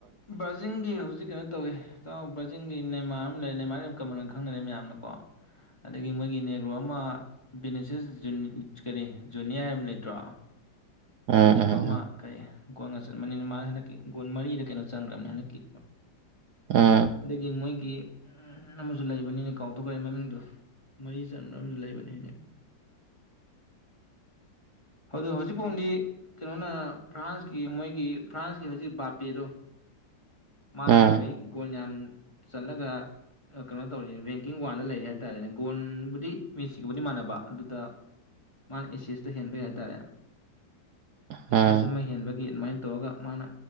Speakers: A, on the left (about 15°); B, on the right (about 65°).
A: ꯕꯖꯤꯡꯒꯤ ꯍꯧꯖꯤꯛ ꯀꯩꯅꯣ ꯇꯧꯋꯤ ꯆꯥꯎꯥꯎ ꯖꯤꯡꯒꯤ ꯅꯃꯥꯔ ꯑꯃ ꯂꯩꯔꯦ ꯅꯃꯥꯔ ꯌꯥꯝ ꯀꯃꯟ ꯑꯣꯏꯅ ꯈꯪꯅꯔꯦ ꯃꯌꯥꯝꯅꯀꯣ ꯑꯗꯒꯤ ꯃꯣꯏꯒꯤ ꯅꯦꯒ꯭ꯔꯣ ꯑꯃ ꯕꯤꯅꯤꯁꯦꯁ ꯀꯔꯤ ꯖꯨꯅꯤꯌꯥꯔ ꯑꯃ ꯂꯩꯇ꯭ꯔꯣ ꯑꯃꯅꯦꯦꯛꯕ
B: ꯎꯝ ꯎꯝ
A: ꯑꯃ
B: ꯎꯝ
A: ꯀꯩ ꯒꯣꯜ ꯉ ꯆꯟꯕꯅꯤꯅ ꯃꯥ ꯍꯟꯗꯛꯀꯤ ꯒꯣ ꯃꯔꯤꯗ ꯀꯩꯅꯣ ꯆꯪꯈ꯭ꯔꯕꯅꯤ ꯍꯟꯗꯛꯀꯤ
B: ꯎꯝ
A: ꯑꯗꯒꯤ ꯃꯣꯏꯒꯤ ꯎ ꯑꯃꯁꯨ ꯂꯩꯕꯅꯤꯅ ꯀꯥꯎꯊꯣꯛꯈ꯭ꯔꯦ ꯃꯃꯤꯡꯗꯣ ꯃꯔꯤ ꯆꯕ ꯑꯃꯁꯨ ꯂꯩꯕꯅꯦ ꯑꯃ ꯐꯨꯠꯕꯣꯜꯗꯤ ꯀꯩꯅꯣꯅ ꯐ꯭ꯔꯥꯟꯁꯀꯤ ꯃꯣꯏꯒꯤ ꯐ꯭ꯔꯥꯟꯁꯀꯤ ꯍꯧꯖꯤꯛ ꯕꯥꯄꯦꯗꯣ ꯃꯥꯅ
B: ꯎꯝ
A: ꯈꯈꯣꯏ ꯒꯣꯜ ꯌꯥꯝ ꯆꯜꯂꯒ ꯀꯩꯅꯣ ꯇꯧꯔꯤ ꯕꯦꯡꯀꯤꯡ ꯋꯥꯟꯗ ꯂꯩꯔꯦ ꯍꯥꯏ ꯇꯥꯔꯦꯅꯦ ꯒꯣꯣꯟꯕꯨꯗꯤ ꯃꯤꯦꯁꯤꯒꯕꯨꯗꯤ ꯃꯥꯟꯅꯕ ꯑꯗꯨꯗ ꯃꯥꯅ ꯑꯦꯁꯤꯁꯇ ꯍꯦꯟꯕꯩ ꯍꯥꯏꯇꯥꯔꯦ ꯑꯦꯁꯤꯁ
B: ꯎꯝ
A: ꯑꯃ ꯍꯦꯟꯕꯒꯤ ꯑꯗꯨꯃꯥꯏꯅ ꯍꯥꯇꯣꯛꯑꯒ ꯃꯥꯅ